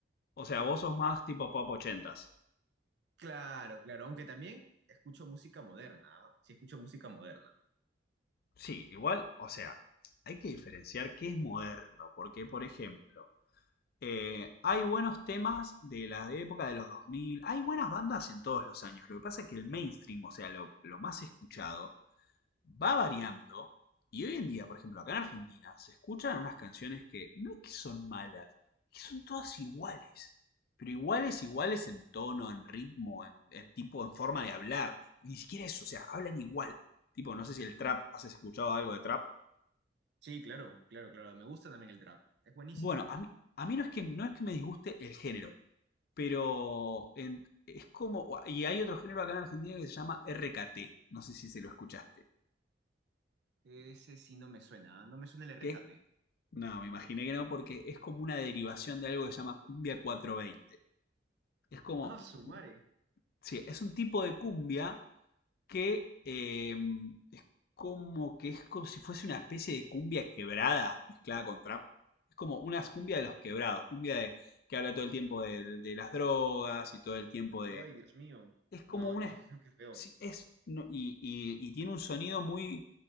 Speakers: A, on the left; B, on the right.
A: O sea, vos sos más tipo pop ochentas.
B: Claro, claro, aunque también escucho música moderna, ¿ah? Sí, escucho música moderna.
A: Sí, igual, o sea, hay que diferenciar qué es moderno, porque, por ejemplo, eh, hay buenos temas de la época de los 2000. hay buenas bandas en todos los años. Lo que pasa es que el mainstream, o sea, lo, lo más escuchado, va variando. Y hoy en día, por ejemplo, acá en Argentina, se escuchan unas canciones que no es que son malas, que son todas iguales. Pero iguales, iguales en tono, en ritmo, en, en tipo, en forma de hablar. Porque ni siquiera eso, o sea, hablan igual. Tipo, no sé si el trap, ¿has escuchado algo de trap?
B: Sí, claro, claro, claro, me gusta también el trap, es buenísimo.
A: Bueno, a mí, a mí no es que, no es que me disguste el género, pero en- es como, y hay otro género acá en Argentina que se llama RKT, no sé si se lo escuchaste,
B: Ese sí no me suena, ¿ah? No me suena el RKT.
A: que es No, me imaginé que no, porque es como una derivación de algo que se llama cumbia 420. Es como,
B: Ah, su madre.
A: un- sí, es un tipo de cumbia que eh, es como que es como si fuese una especie de cumbia quebrada mezclada con trap. Es como una cumbia de los quebrados, cumbia de, que habla todo el tiempo de, de las drogas y todo el tiempo de...
B: Ay, Dios mío.
A: Es como
B: No,
A: una,
B: no, <laughs> qué feo.
A: Sí, es, no, y, y- y tiene un sonido muy